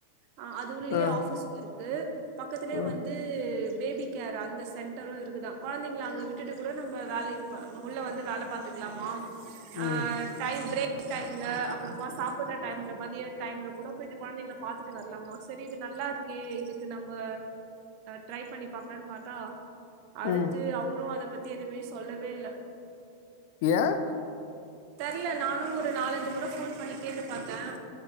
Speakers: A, on the right; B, on the left.
A: ஆ அது உள்ளேயே
B: ஆ
A: ஆஃபிஸ் ஒர்க்கு பக்கத்துலயே
B: ம்,
A: வந்து வந்து பேபி கேர் அந்த சென்டரும் இருக் க்குதா கொழந்தைங்கள அங்க விட்டுட்டு கூட நம்ம வேலைக்கு உள்ள வந்து வேல பாத்துக்கலாமா ஆ
B: ம்
A: டைம் ப்ரேக் டைம்ல அப்புறமா சாப்பிடுற டைம்ல மதிய டைம்ல கூட போயிட்டு கொழந்தைளை பா த்துட்டு வரலாமா சரி இது நல்லா இருக்கே இதுக்கு நம்ம ட்ரை பண்ணி பாக்கலானு பாத்தா அடுத்து
B: ம்
A: அவரும் அத பத்தி எதுவுமே சொல்லவே இல்ல
B: ஏன்
A: தெர்ல நானும் ஒரு நாலஞ்சு முறை ஃபோன் பண்ணி கேட்டு பாத்தேன்